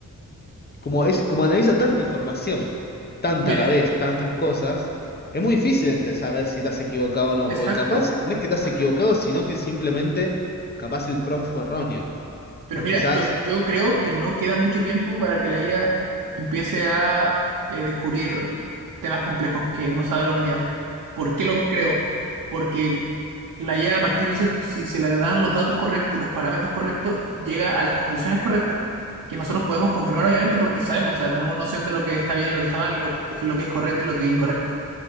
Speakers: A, on the left (about 30°); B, on the right (about 80°).
A: como es, como analiza tanta información, tanta
B: Mira,
A: a la vez, tantas cosas, es muy difícil entre saber si te has equivocado o no,
B: exacto.
A: porque capaz no es que te has
B: exacto.
A: equivocado, sino que simplemente capaz el prompt fue erróneo.
B: Pero
A: O
B: mira,
A: quizás,
B: yo, yo creo que no queda mucho tiempo para que la IA empiece a eh, descubrir temas complejos que no sabe la humanidad. ¿Por qué lo creo? Porque la IA, a a partir de cierto, si se le dan los datos correctos y los parámetros correctos, llega a las conclusiones correctas, que nosotros podemos confirmar obviamente porque sabemos, o sea, tenemos noción de lo que está bien y lo que está mal, lo, que lo que es correcto y lo que es incorrecto.